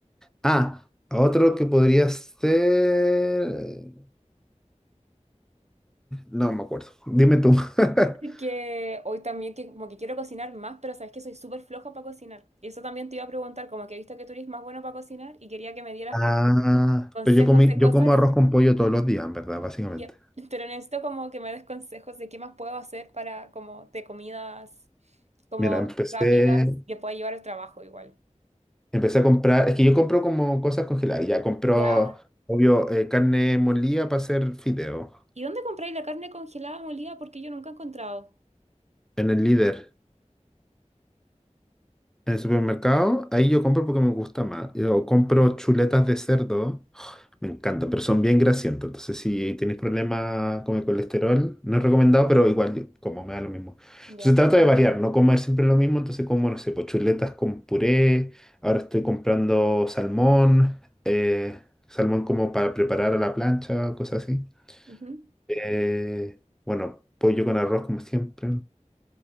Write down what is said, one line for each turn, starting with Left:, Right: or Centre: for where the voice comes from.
Centre: Ah, otro que podría ser. No me acuerdo. Dime tú. <laughs>
Right: <laughs> Que hoy también que como que quiero cocinar más, pero sabes que soy súper floja para cocinar. Y eso también te iba a preguntar, como que he visto que tú eres más bueno para cocinar y quería que me dieras
Centre: Ah,
Right: como consejos
Centre: pero yo comí,
Right: de cosas
Centre: yo como arroz con pollo todos los días, en verdad, básicamente.
Right: Yep. <laughs> Pero necesito como que me des consejos de qué más puedo hacer para como de comidas como
Centre: Mira, empecé,
Right: rápidas que pueda llevar al trabajo igual.
Centre: empecé a comprar, es que yo compro como cosas congeladas, ya compro,
Right: ¿Ya?
Centre: obvio, eh, carne molida para hacer fideo
Right: ¿Y dónde compráis la carne congelada molida? Porque yo nunca he encontrado.
Centre: en el Líder, en el supermercado, ahí yo compro porque me gusta más. Yo compro chuletas de cerdo Me encantan pero son bien grasientos. Entonces, si tienes problemas con el colesterol, no es recomendado, pero igual yo como me da lo mismo.
Right: Ya.
Centre: Entonces, trato de variar, no comer siempre lo mismo. Entonces, como, no sé, pues chuletas con puré. Ahora estoy comprando salmón, eh, salmón como para preparar a la plancha, cosas así.
Right: Ujú.
Centre: Eh, bueno, pollo con arroz, como siempre.